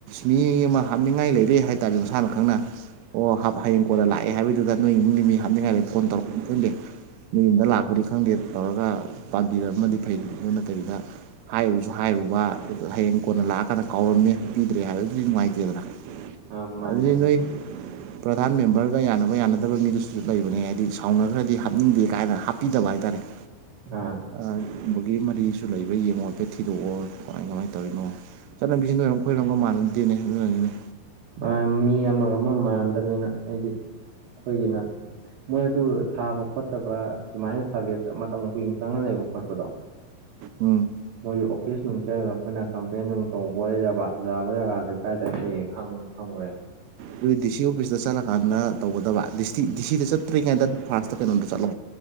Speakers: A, on the right; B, on the right.
A: ꯃꯤ ꯑꯃ ꯍꯥꯞꯅꯤꯡꯉꯥꯏ ꯂꯩꯔꯦ ꯍꯥꯏꯇꯥꯥꯔꯦ ꯃꯁꯥꯅ ꯈꯪꯅ ꯑꯣ ꯍꯥꯞ ꯍꯌꯦꯡ ꯀꯣꯟꯂ ꯂꯥꯛꯑꯦ ꯍꯥꯏꯗꯨꯗ ꯅꯣꯏ ꯏꯃꯨꯡꯒꯤ ꯃꯤ ꯍꯥꯞꯅꯤꯡꯉꯥꯏꯗ ꯐꯣꯟ ꯇꯧꯔꯛꯄ ꯈꯪꯗꯦ ꯅ‌ꯣꯏ ꯌꯨꯝꯗ
B: ꯎꯝ
A: ꯂꯥꯛꯄꯅꯤ ꯈꯪꯗꯦ ꯇꯧꯔꯒ ꯄꯥꯝꯕꯤꯔꯝꯃꯗꯤ
B: ꯎꯝ
A: ꯐꯩꯗ ꯑꯗꯨ ꯅꯠꯇꯕꯤꯗ ꯍꯥꯏꯔꯨꯁꯨ
B: ꯎꯝ
A: ꯍꯥꯏꯔꯨꯕ ꯍꯌꯦꯡ ꯀꯣꯟꯅ
B: ꯑꯥ
A: ꯂꯥꯛꯑꯀꯥꯟꯗ ꯀꯥꯎꯔꯝꯃꯦ ꯄꯤꯗ꯭ꯔꯦ ꯍꯥꯏꯕꯗꯨꯗꯤ ꯅꯨꯡꯉꯥꯏꯇꯦꯗꯅ
B: ꯑ ꯃꯥꯅꯦ
A: ꯑꯗꯨꯗꯤ
B: ꯏꯌꯥꯝꯕ
A: ꯅꯣꯏ ꯄ꯭ꯔꯙꯥꯟ ꯃꯦꯝꯕꯔꯒ ꯌꯥꯅꯕ ꯌꯥꯅꯗꯕ ꯃꯤꯗꯨꯁꯨ ꯂꯩꯕꯅꯦ ꯍꯥꯏꯗꯤ ꯁꯥꯎꯅ ꯈ꯭ꯔꯗꯤ ꯍꯥꯞꯅꯤꯡꯗꯦ ꯀꯥꯏꯅ ꯍꯥꯞꯄꯤꯗꯕ ꯍꯥꯏꯇꯥꯔꯦ <unintelligible>
B: ꯑꯥ
A: ꯑꯥ ꯕꯨꯒ‌ꯦ ꯃꯔꯤꯁꯨ ꯂꯩꯕ꯭ꯔ ꯌꯦꯡꯉꯣ ꯍꯥꯏꯐ‌ꯦꯠ ꯊꯤꯗꯣꯛꯑꯣ ꯀꯃꯥꯏ ꯀꯃꯥꯏꯅ ꯇꯧꯔꯤꯅꯣ ꯆꯠꯅꯕꯤꯁꯤꯅ ꯅꯣꯏꯔꯝ ꯈꯣꯏꯔꯝꯒ ꯃꯥꯟꯅꯗꯦꯅꯦ ꯑꯗꯨꯅꯅꯦ
B: ꯃꯥ ꯃꯤ ꯑꯃꯒ ꯑꯃ ꯃꯥꯟꯗꯕꯅꯤꯅ ꯑꯩꯗꯤ ꯑꯩꯈꯣꯏꯒꯤꯅ ꯃꯣꯏ ꯑꯗꯨ ꯁꯥꯕ ꯈꯣꯠꯇꯕ ꯁꯨꯃꯥꯏꯅ ꯁꯥꯕꯦꯛꯇ ꯃꯇꯝ ꯀꯨꯏꯅ ꯆꯪꯍꯜꯂꯦꯕ ꯈꯣꯠꯄꯗꯣ
A: ꯎꯝ
B: ꯃꯣꯏꯒꯤ ꯑꯣꯐꯤꯁ ꯅꯨꯡ ꯆꯠꯂꯒ ꯑꯩꯈꯣꯏꯅ ꯀꯝꯄ꯭ꯂꯦꯟ ꯅꯨꯡ ꯇꯧꯕ ꯌꯥꯕ ꯌꯥꯕ ꯖꯒꯥꯁꯦ ꯀꯥꯏꯗ ꯂꯩ ꯈꯪ ꯍꯪꯉꯣꯏ ꯌꯥ
A: ꯑꯗꯨꯏ ꯗꯤ ꯁꯤ ꯑꯣꯐꯤꯁꯇ ꯆꯠꯂꯀꯥꯟꯗ ꯇꯧꯒꯗꯕ ꯗꯤꯁꯇꯤ ꯗꯤ ꯁꯤꯗ ꯆꯠꯇ꯭ꯔꯤ ꯉꯩꯗ ꯐꯥꯔꯁꯇ ꯀꯩꯅꯣꯗ ꯆꯠꯂꯣ